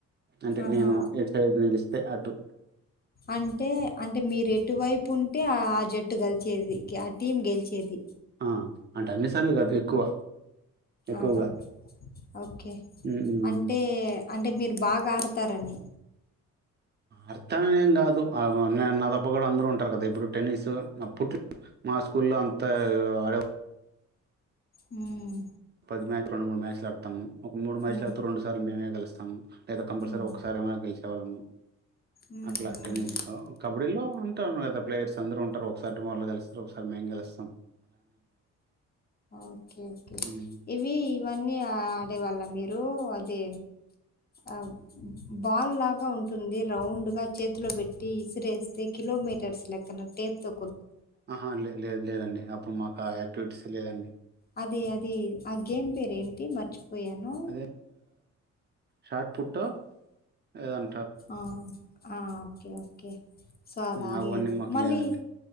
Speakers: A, on the right (about 35°); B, on the left (about 30°).
A: అంటే
B: ఆహా
A: నేను ఏసైడు నిలిస్తే అటు
B: అంటే అంటే మీరు ఎటు వైపు ఉంటే ఆ జట్టు గెలిచేది యా టీమ్ గెలిచేది
A: ఆ అంటే అన్ని సార్లు కాదు ఎక్కువ ఎక్కువగా
B: ఆహా ఒకే
A: హ్మ్.
B: అంటే అంటే మీరు బాగా ఆడతారని
A: అట్టా అనేం కాదు ఆ నా తప్ప కూడా అందరూ ఉంటారు కదా ఇప్పుడు టెన్నిసు అప్పుట్ మా స్కూల్లో అంత ఆడే
B: హ్మ్
A: పది మ్యాచ్ రెండు మూడు మ్యాచ్లులాడతాము. ఒక ముడు మ్యాచులు
B: ఉమ్
A: ఆడితే రెండు సార్లు మేమే గెలుస్తా స్తాము లేదా కంపల్సరీ
B: ఉమ్
A: ఒకసారి ఏమన్నా గెలిసే వాళ్ళము
B: ఉమ్
A: అట్లా
B: ఉమ్
A: టెన్నిస్ లో కబడ్డీ లో అం ఉన్నారు కదా ప్లేయర్స్ అందరూ ఉంటరు ఒకసారి మోర్లో గెలుస్తారు ఒకసారి మేము గెలస్తాం
B: ఓకే ఓకే
A: ఉమ్.
B: ఇవి ఇవన్నీ ఆ ఉండే వాళ్ళ మీరూ అది ఆ బాల్ లా గా ఉంటుంది రౌండ్ గా చేత్ అందులో పెట్టి ఇసిరేస్తే కిలోమీటర్స్ లెక్కన టేప్ తో
A: ఆహ లే లేదు లేదండి అప్పుడు మాకు ఆ యాక్టివిటీస్ లేదండి.
B: అదే అది ఆ గేమ్ పేరు ఏంటి పెట్టి మర్చిపోయాను
A: అదే షార్ట్ ఫుట్ ఏదనా
B: ఆ ఆ ఓకే ఓకే సో అది
A: ఉమ్,
B: ఆడలేదు
A: అవన్నీ మాకు
B: మళ్ళీ
A: లేదండి